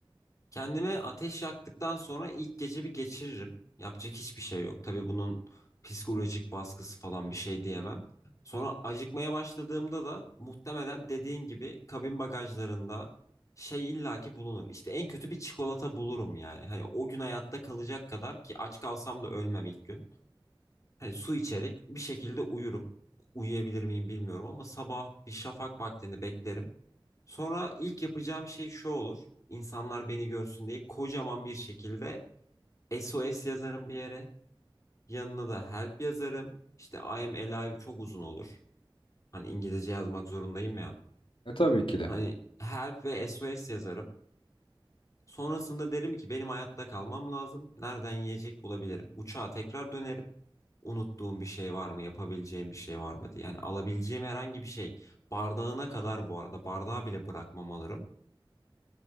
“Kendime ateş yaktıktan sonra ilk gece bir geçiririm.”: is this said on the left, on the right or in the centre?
Left